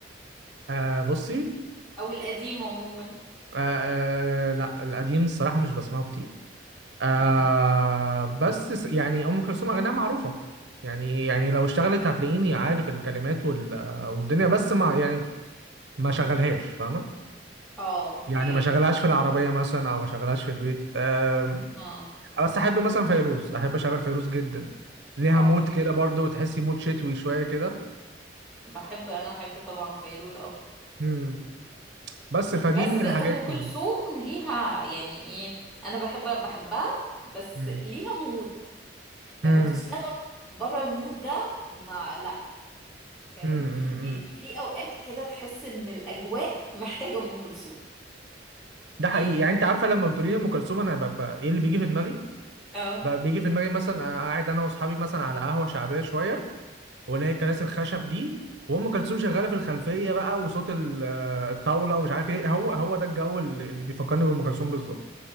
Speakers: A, on the right; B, in the centre.
A: آه بصي
B: او القديم عموما
A: آه آه، لا القديم الصراحة مش بسمعه كتير آه
B: امم
A: بس س- يعني أم كلثوم أغانيها معروفة يعني يعني لو اشتغلت هتلاقيني عارف الكلمات وال والدنيا بس ما يعني ما شغلهاش فاهمة
B: اه اوكي
A: يعني ما شغلهاش في العربية مثلا أو ما شغلهاش في البيت آه
B: اه
A: بس أحب مثلا فيروز أحب أشغل فيروز جدا ليها
B: اه
A: مود
B: حبيبتي
A: كده برضو تحسي مود شتوي شوية كده
B: بحب انا احب طبعا فيروز قوي
A: مم. بس فدي
B: بس
A: من الحاجات
B: ام
A: دي
B: كلثوم ليها يعني ايه انا بحب بحبها بس
A: مم.
B: ليها مود لما
A: مم.
B: تشتغل بره المود ده ما لا فاهم
A: مم. مم.
B: يعني في اوقات كده تحس ان الاجواء محتاجه ام كلثوم
A: ده حقيقي
B: يعني
A: يعني انت عارفه لما بتقولي لي ام كلثوم انا ببقى ايه اللي بيجي في دماغي
B: اه
A: بقى بيجي في دماغي مثلا أنا قاعد انا واصحابي مثلا على قهوه شعبيه شويه واللي هي الكراسي الخشب دي وام كلثوم شغاله في الخلفيه بقى وصوت ال- آه، الطاوله ومش عارف ايه هو هو ده الجو اللي اللي بيفكرني بام كلثوم بالظبط